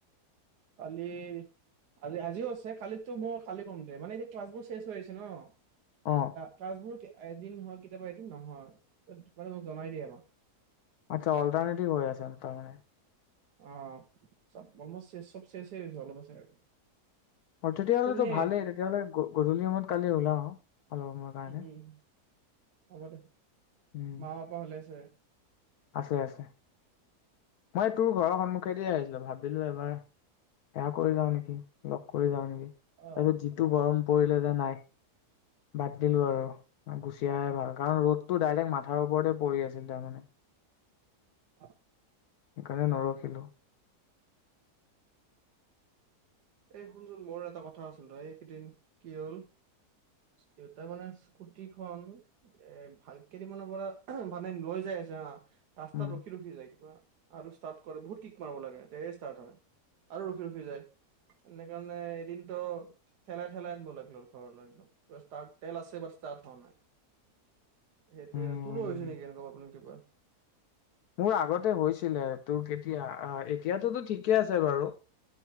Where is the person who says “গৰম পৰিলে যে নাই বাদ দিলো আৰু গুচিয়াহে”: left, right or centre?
Left